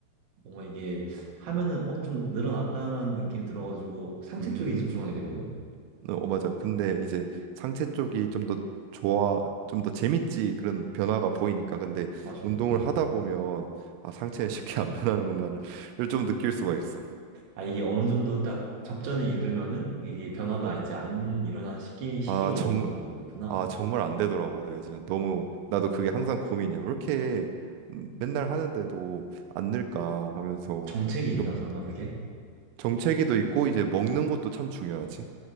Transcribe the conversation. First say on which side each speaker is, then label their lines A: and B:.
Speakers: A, on the right; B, on the right.
A: 뭔가 이게 하면은 어 좀 늘어났다라는 느낌이 들어가지고 상체
B: 음음
A: 쪽에 집중하게 되거든.
B: 어 어, 맞아. 근데 이제 상체 쪽이 좀 더 좋아, 좀 더 재밌지 그런 변화가 보이니까. 근데
A: 맞아.
B: 운동을
A: 음.
B: 하다 보면 아 상체는 <laughs> 쉽게 안 변하는구나를 좀 느낄 수가 있어.
A: 아, 이게 어느 정도 딱 접전에 이르면은 이게 변화가
B: 어.
A: 이제 안 일어나는 시기, 시기가
B: 아
A: 오는
B: 정말
A: 거구나.
B: 아 정말 안 되더라고. 내가 진짜 너무 나도 그게 항상 고민이야. 왜 이렇게 음, 맨날 하는데도 안 늘까 하면서
A: 정책인가?
B: 좀
A: 설마 그게?
B: 정체기도 있고 이제 먹는 것도 참 중요하지.